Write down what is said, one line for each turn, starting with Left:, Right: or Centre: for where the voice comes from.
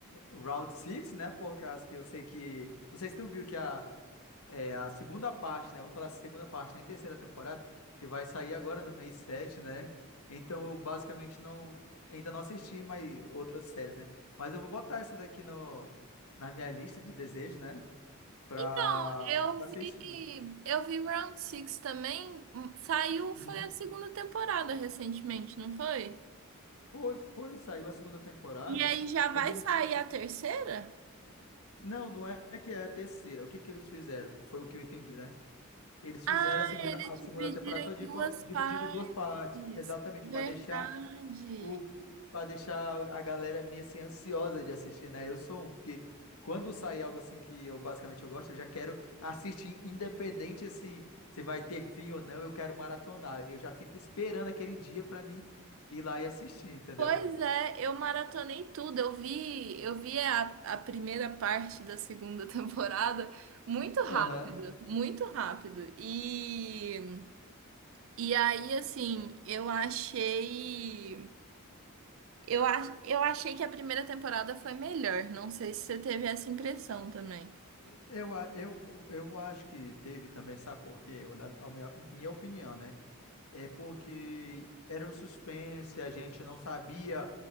Left: Round Six, né? Por causa que eu sei que. Não sei se tu viu que a, É a segunda parte, né? Vamos falar da segunda parte, nem terceira temporada, que vai sair agora no mês 7, né? Então eu basicamente não ainda não assisti mais outras séries, né? Mas eu vou botar essa daqui no, na minha lista de desejos, né? Pra,
Right: Então, eu
Left: pra assistir.
Right: vi, eu vi Round Six também. hum, Saiu, foi
Left: Uhum.
Right: a segunda temporada recentemente, não foi?
Left: Foi, foi, saiu a segunda temporada.
Right: E aí já vai
Left: E como.
Right: sair a terceira?
Left: Não, não é que é a terceira. O que que eles fizeram? Foi o que eu entendi, né? Eles
Right: Ah,
Left: fizeram a segunda,
Right: eles
Left: a
Right: dividiram
Left: segunda temporada
Right: em
Left: todinha,
Right: duas
Left: co- dividiram
Right: partes.
Left: em duas partes. Exatamente,
Right: Verdade.
Left: para deixar o, para deixar a galera meio assim ansiosa de assistir, né? Eu sou um, porque quando sair algo assim que eu basicamente eu gosto, eu já quero assistir, independente se, se vai ter fim ou não, eu quero maratonar. Eu já fico esperando aquele dia pra mim ir lá e assistir, entendeu?
Right: Pois é, eu maratonei tudo. Eu vi, eu vi a, a primeira parte da segunda <laughs> temporada muito rápido,
Left: Aham.
Right: muito rápido. E, e aí, assim, eu achei. Eu, ach- eu achei que a primeira temporada foi melhor. Não sei se você teve essa impressão também.
Left: Eu, a- eu, eu acho que teve também, sabe por quê? Eu, na, a minha, minha opinião, né? É porque era um suspense, a gente não sabia